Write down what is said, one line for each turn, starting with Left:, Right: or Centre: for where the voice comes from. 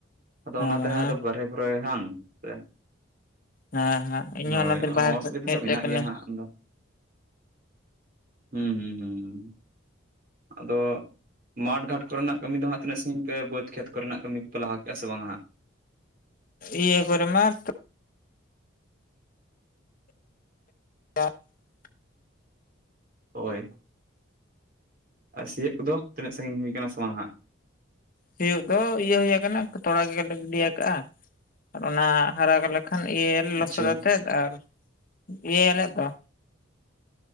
Right: ᱟᱫᱚ
Left: ᱦᱮᱸ
Right: ᱚᱱᱟᱛᱮᱦᱟᱸᱜ
Left: ᱦᱮᱸ
Right: ᱟᱫᱚ ᱵᱟᱨᱦᱮ ᱠᱚᱨᱮ ᱵᱟᱝ ᱥᱮ
Left: ᱦᱮᱸ ᱦᱮᱸ ᱤᱧ ᱦᱚᱸ
Right: ᱦᱳᱭ
Left: ᱚᱱᱟᱛᱮ ᱵᱟᱦᱨᱮ
Right: ᱚᱥᱩᱵᱤᱫᱟ
Left: ᱥᱮᱫ ᱦᱮᱡ
Right: ᱫᱚ ᱢᱮᱱᱟᱜ
Left: ᱟᱠᱟᱱᱟᱹᱧ
Right: ᱜᱮᱭᱟ ᱦᱟᱸᱜ ᱟᱫᱚ᱾ ᱦᱩᱸ ᱦᱩᱸ ᱦᱩᱸ᱾ ᱟᱫᱚ ᱢᱟᱴᱷ ᱜᱷᱟᱴ ᱠᱚᱨᱮᱱᱟᱜ ᱠᱟᱹᱢᱤ ᱫᱚ ᱦᱟᱸᱜ ᱛᱤᱱᱟᱹᱜ ᱥᱟᱺᱜᱤᱧ ᱯᱮ ᱵᱟᱹᱫᱽ ᱠᱷᱮᱛ ᱠᱚᱨᱮᱱᱟᱜ ᱠᱟᱹᱢᱤ ᱠᱚᱯᱮ ᱞᱟᱦᱟ ᱠᱮᱜ-ᱟ ᱥᱮ ᱵᱟᱝ ᱦᱟᱸᱜ᱾
Left: ᱤᱭᱟᱹ ᱠᱚᱨᱮ ᱢᱟᱛ <unintelligible>
Right: ᱦᱳᱭ᱾ ᱟᱨ ᱥᱤᱭᱳᱜ ᱠᱚᱫᱚ ᱛᱤᱱᱟᱹᱜ ᱥᱟᱺᱜᱤᱧ ᱦᱩᱭ ᱠᱟᱱᱟ ᱥᱮ ᱵᱟᱝ ᱦᱟᱸᱜ?
Left: ᱥᱤᱭᱳᱜ ᱫᱚ ᱤᱭᱟᱹ ᱦᱩᱭ ᱠᱟᱱᱟ ᱛᱚᱲᱟ ᱜᱮᱞᱮ ᱜᱤᱰᱤᱭᱟ ᱠᱟᱜ-ᱟ ᱟᱨ ᱚᱱᱟ ᱦᱟᱨᱟ ᱜᱮᱞᱮ᱾ ᱠᱷᱟᱱ ᱮᱨ ᱞᱚᱥᱚᱫ
Right: ᱟᱪᱪᱷᱟ
Left: ᱟᱛᱮᱫ ᱟᱨ ᱤᱭᱟᱹᱭᱟᱞᱮ ᱫᱚ᱾